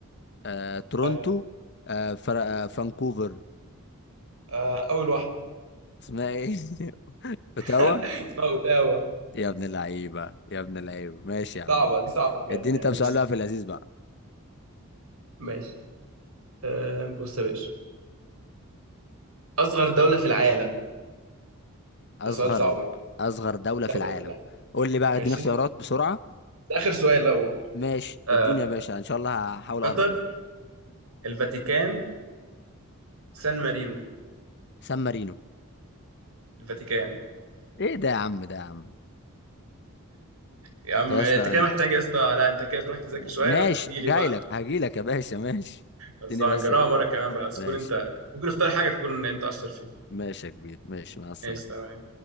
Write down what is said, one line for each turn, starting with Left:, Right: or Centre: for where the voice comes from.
Left: آه، تورونتو
Right: أيوة
Left: آه، فر... آه، فانكوفر
Right: آه... أول واحدة
Left: اسمها ايه <laughs>
Right: <laughs>
Left: اوتاوا
Right: اسمها أوتاوا
Left: يا ابن اللعيبة يا ابن اللعيبة ماشي يا عم
Right: صعبة دي صعبة بجد
Left: اديني
Right: يعني
Left: طب سؤال
Right: مش
Left: بقى في اللذيذ بقى
Right: ماشي آه... بص يا باشا أصغر دولة في العالم
Left: اصغر
Right: ده سؤال صعب جدا
Left: اصغر دولة
Right: دولة
Left: في العالم
Right: في العالم
Left: قول لي بقى
Right: ماشي
Left: اديني اختيارات بسرعة
Right: ده آخر سؤال لو
Left: ماشي
Right: آه...
Left: اديني يا باشا ان شاء الله هحاول
Right: قطر
Left: اقرب منه
Right: الفاتيكان سان مارينو
Left: سان مارينو
Right: الفاتيكان <laughs>
Left: ايه ده يا عم ده يا عم
Right: يا
Left: انت
Right: عم
Left: يا
Right: انت
Left: اسطى انت
Right: كده محتاج يا اسطى لا انت كده تروح تذاكر شويه
Left: ماشي
Right: وتجي لي
Left: جاي
Right: بقى
Left: لك هجي لك يا باشا ماشي
Right: بس
Left: اديني
Right: هنجربها
Left: بس
Right: مره كمان بقى بس
Left: ماشي
Right: تكون انت ممكن اختار حاجه تكون انت اشطر فيها
Left: ماشي يا كبير ماشي مع السلامة
Right: ماشي تمام